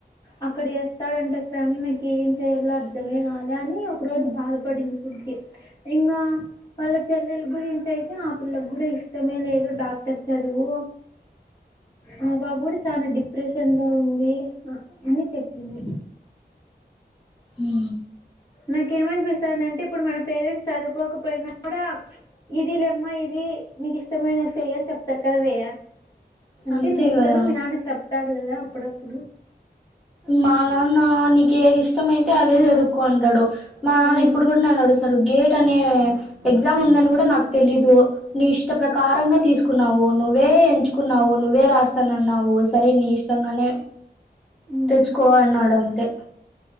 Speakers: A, on the left; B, in the centre.
A: అక్కడ వేస్తాడంట స్వామి నాకు ఏం చేయాలో అర్దమే కాలే అని ఒక రోజు బాధపడింది కుంచి ఇంగా వాళ్లకి చెల్లెల గురించి అయితే ఆ పిల్లకు కూడా ఇష్టమే లేదు డాక్టర్ చదువు ఆ పాపకూడా చాలా డిప్రెషన్ లో ఉంది అని చెప్పింది
B: హా
A: నాక్ ఏమనిపిస్తాందంటే ఇప్పుడు మన పేరెంట్స్ చదువ్ కోకపోయినా కూడా ఇది లేమ్మ ఇది నీకు ఇష్టమైనది సేయ్ అని సెప్తరు కదా వేయా అంటే
B: అంతే
A: మీ ఇంట్లో
B: కదా
A: కూడా మీ నాన్న చెప్తాడు కదా అప్పుడప్పుడు
B: మా నాన్న నీకు ఏది ఇష్ట ఇష్టం అయితే అదే
A: ఆ
B: చదువుకుంటాడు మా నాన్న
A: ఆ
B: ఇప్పుడు కూడా అడు సార్ గేట్ అనే ఎగ్జామ్ ఉందని కూడా నాకు తెలీదు నీ ఇష్ట ప్రకారంగా తీసుకున్నావో నువ్వే ఎంచుకున్నావ నువ్వే రాస్తు నన్నా ఓ సరే నీ ఇష్టంగానే
A: ఉమ్
B: తెచ్చుకోవాలన్నాడు అంతే